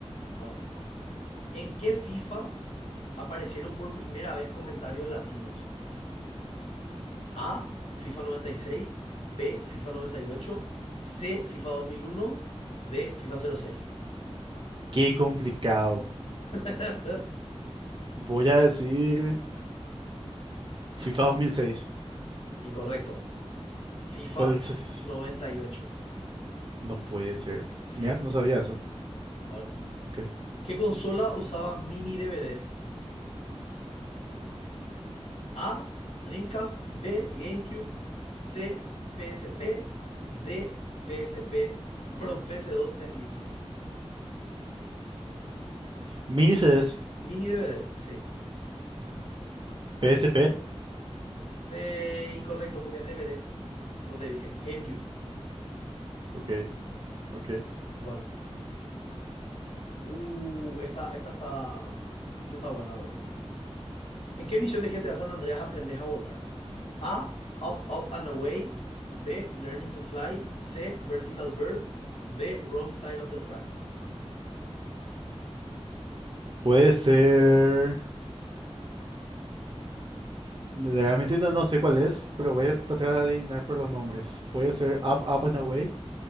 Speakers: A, on the left (about 80°); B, on the right (about 50°).
A: Bueno, ¿en qué FIFA aparecieron por primera vez comentarios latinos? A, FIFA noventa y seis, B, FIFA noventa y ocho, C, FIFA dos mil uno, D, FIFA cero seis.
B: Qué complicado.
A: <laughs>
B: Voy a decir FIFA 2006.
A: Incorrecto. FIFA
B: Fue el... s-
A: noventa y ocho.
B: No puede ser.
A: Sí.
B: Ya, no sabía eso.
A: Bueno,
B: Ok.
A: ¿qué consola usaba mini DVDs? A. Dreamcast. B. GameCube. C. PSP. D. PSP. ah, Perdón, PS2 Slim.
B: Mini CDs.
A: Mini DVDs, sí.
B: PSP.
A: Eh, incorrecto, porque es DVDs. Como te dije, GameCube.
B: Ok, ok.
A: Bueno. Uh, esta, esta está. Esta está buena, boludo. ¿En qué misión de GTA San Andreas aprendes a volar? A. Up, up and away. B. Learning to fly. C. Vertical bird. D. Wrong side of the tracks.
B: Puede ser. Realmente no, no sé cuál es, pero voy a tratar de adivinar por los nombres. Puede ser Up, Up and Away.